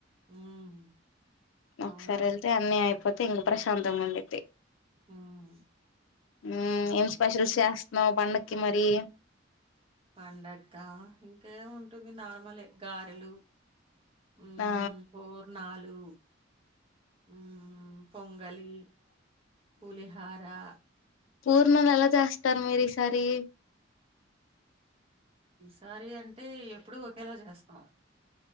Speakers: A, on the right; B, on the left.
A: ఉమ్,
B: ఒకసారెళ్తే
A: అవును
B: అన్నీ అయిపోతే ఇంగ ప్రశాంతంగుంది.
A: ఉమ్,
B: మ్మ్
A: ప్రశాంతంగా
B: ఏం స్పెషల్స్
A: ఉంటుంది
B: చేస్తున్నావ్
A: కదా.
B: పండక్ కి మరి
A: పండక్కా ఇంకేముంటుంది నార్మలే గారెలు హు మ్మ్
B: ఆ
A: పూర్ణాలు మ్మ్ పొంగలి పులిహారా
B: పూర్ణలేలా చేస్తారు మీరిసారి
A: సారీ అంటే ఎప్పుడు ఒకేలా జేస్తం